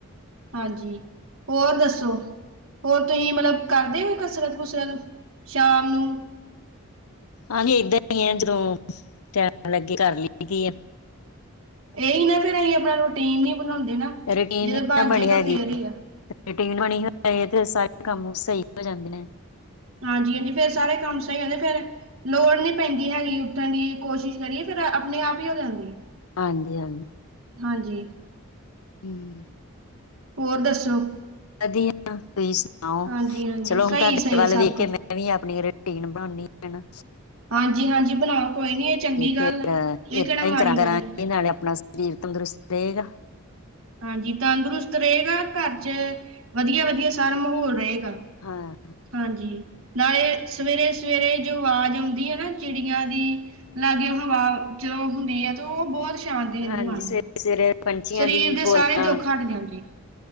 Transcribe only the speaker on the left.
ਹਾਂਜੀ ਏਦਾਂ ਹੀ ਆ ਜਦੋਂ ਟਾਈਮ ਲਾੱਗੇ ਕਰ ਲਈ ਦਾ ਆ।
ਹੈ ਰੁਟੀਨ
ਨਾ ਬਣੀ
ਹੈਗੀ
ਰੁਟੀਨ ਬਣੀ ਹਵੇ ਤੇ ਸਾਰੇ ਕੰਮ ਸਹੀ ਹੋ ਜਾਂਦੇ ਨੇ।
ਹਾਂਜੀ ਹਾਂਜੀ।
ਹਮ।
ਵਧੀਆ ਤੁਸੀਂ ਸੁਣਾਓ
ਚਲੋ
ਹੁਣ ਤੁਹਾਡੇ
ਵੱਲ
ਵੇਖਕੇ
ਮੈਂ ਵੀ ਆਪਣੀ ਰੂਟੀਨ ਬਣਾਉਦੀ ਹਨਾ।
ਫੇਰ
ਏਦਾਂ
ਹੀ ਕਰਾਂ ਕਰਾਂਗੇ
ਨਾਲੇ ਆਪਣਾ ਸਰੀਰ ਤੰਦਰੁਸਤ ਰਹੇਗਾ।
ਹਾਂ
ਹਾਂਜੀ
ਸਵੇਰੇ
ਸਵੇਰੇ ਪੰਛੀਆਂ
ਦੀ ਬੋਲਣਾ